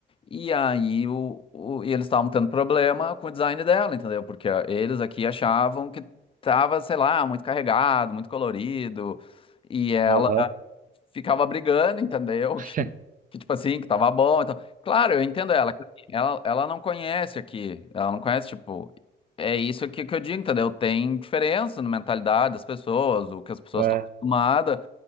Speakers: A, on the left (about 25°); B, on the right (about 45°).
A: E aí o, o- e eles estavam tendo problema com o design dela, entendeu? Porque ah, eles aqui achavam que tava, sei lá, muito carregado, muito colorido, e ela
B: Aham.
A: ficava brigando, entendeu?
B: <laughs>
A: <laughs> Que, que tipo assim, que tava bom. Então, claro, eu entendo ela, que assim, ela, ela não conhece aqui, ela não conhece, tipo, é isso aqui que eu digo, entendeu? Tem diferença na mentalidade das pessoas, o que as pessoas
B: É,
A: estão acostumadas,